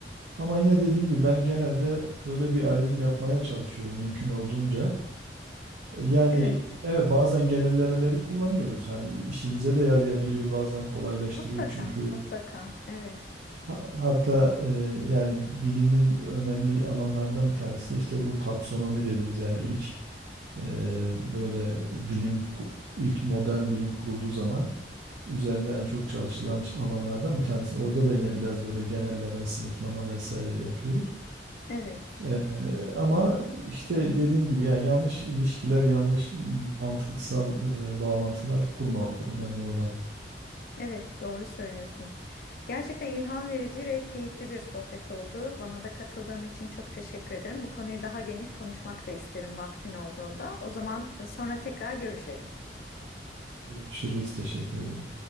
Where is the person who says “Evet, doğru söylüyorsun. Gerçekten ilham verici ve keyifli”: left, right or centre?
Left